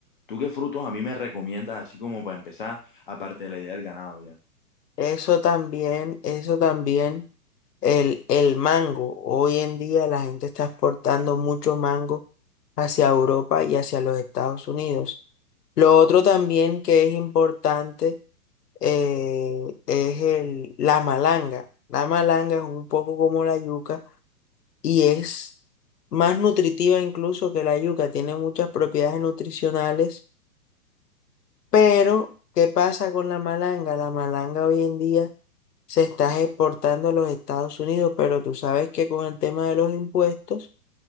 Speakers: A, on the left (about 35°); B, on the left (about 75°).
A: tú qué frutos a mí me recomiendas, así como para empezar, aparte de la idea del ganado, ya?
B: eso también, eso también. El, el mango. Hoy en día la gente está exportando mucho mango hacia Europa y hacia los Estados Unidos. Lo otro también que es importante eh, es el, la malanga. La malanga es un poco como la yuca y es más nutritiva incluso que la yuca. Tiene muchas propiedades nutricionales, pero ¿qué pasa con la malanga? La malanga hoy en día se está exportando a los Estados Unidos, pero tú sabes que con el tema de los impuestos,